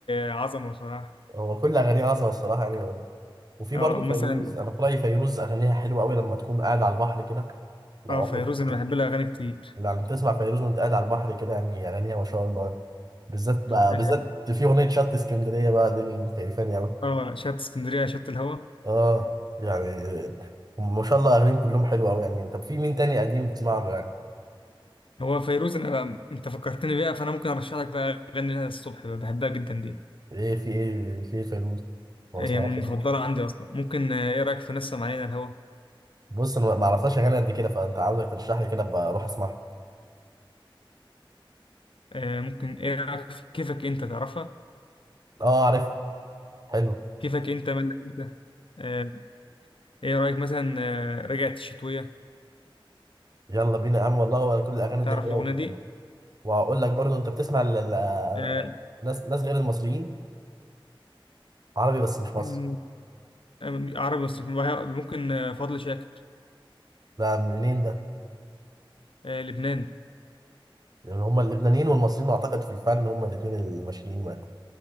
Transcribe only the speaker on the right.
هو كل أغانيه عظمة الصراحة يعني وفي
برضو فيروز
أنا في رأيي فيروز أغانيها حلوة أوي لما تكون قاعد على البحر كده لو
عمرك
جيت
لما تسمع فيروز وأنت قاعد على البحر كده يعني أغانيها ما شاء الله بالذات بقى
بالذات
في أغنية شط اسكندرية بقى دي اللي مكيفاني أوي
اه يعني ما شاء الله أغانيهم كلهم حلوة أوي يعني طب في مين تاني قديم بتسمع له يعني؟
إيه في إيه في إيه فيروز؟ ما
بسمعوش
بص انا ما اعرفهاش اغاني قد كده فانت عاوزك ترشح لي كده ابقى اروح اسمعها
اه عارف حلو
يلا بينا يا عم والله هو كل الاغاني
دي حلوه
طب- وهقول لك برضو انت بتسمع ال- ال-
ناس ناس غير المصريين عربي بس مش مصري
ده منين ده
لان هم اللبنانيين والمصريين اعتقد في الفن هم الاثنين الماشيين معاك